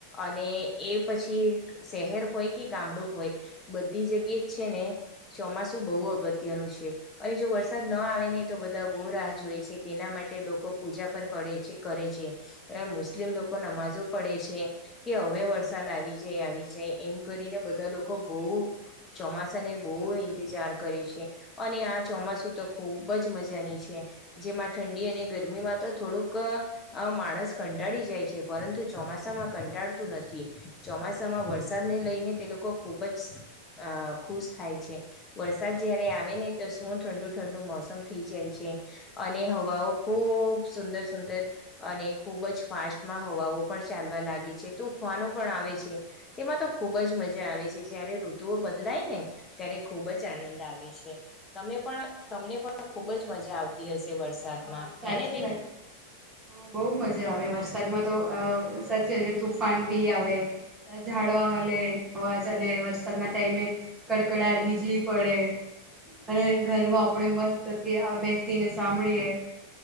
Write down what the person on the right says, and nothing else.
હા સાચી
વાત છે. હ બહુ મજા આવે વરસાદ સાજમાં તો અ સાચી કે તુફાન બી આવે ઝાડવા હલે અને વરસાદના ટાઈમે કડકડાટ બીજલી પડે અને ઘરમાં આપણે મસ્ત આ બેસીને સાંભળીએ